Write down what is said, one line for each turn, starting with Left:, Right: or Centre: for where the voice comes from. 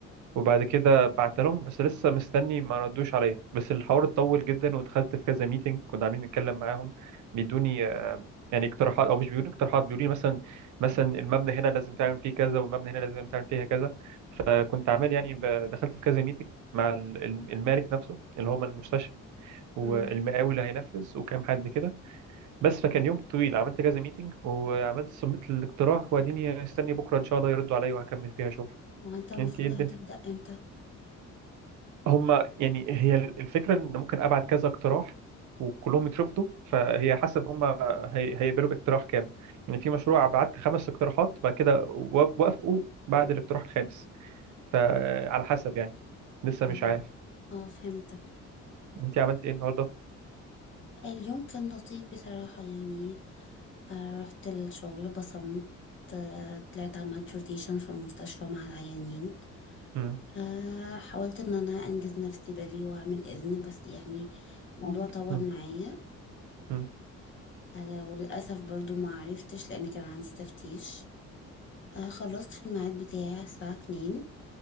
Right: وبعد كده بعت لهم بس لسه مستني ما ردوش عليا بس الحوار اتطول جدا ودخلت في كذا ميتنج كنا عاملين نتكلم معاهم بيدوني آه، يعني اقتراحات او مش بيدوني اقتراحات بيقولوا لي مثلا مثلا المبنى هنا لازم تعمل فيه كذا والمبنى هنا لازم تعمل فيها كذا فكنت عامل يعني ب- دخلت في كذا ميتنج مع ال- الم- المالك نفسه اللي هو المستشفى والمقاول
Left: امم
Right: اللي هينفذ وكام حد كده بس فكان يوم طويل عملت كذا ميتنج وعملت سميت الاقتراح واديني استني بكره ان شاء الله يردوا عليا وهكمل فيها شغل
Left: هو انت المفروض
Right: انت ايه الدنيا
Left: هتبدأ امتى
Right: هما يعني هي الفكرة إن ممكن أبعت كذا اقتراح وكلهم يترفضوا فهي حسب هما هي- هيقبلوا باقتراح كام يعني في مشروع بعت خمس اقتراحات بعد كده و- وافقوا بعد الاقتراح الخامس فعلى حسب يعني لسه
Left: اه
Right: مش عارف
Left: اه فهمتك
Right: أنت عملت إيه النهاردة؟
Left: اليوم كان لطيف بصراحة يعني آه رحت للشغل بصمت آه طلعت عملت روتيشن في المستشفى مع العيانين
Right: مم.
Left: آه حاولت ان انا انجز نفسي بدري واعمل اذن بس يعني الموضوع طول
Right: مم.
Left: معايا
Right: مم.
Left: آه وللأسف برضو ما عرفتش لان كان عندي تفتيش آه خلصت في الميعاد بتاعي الساعة 2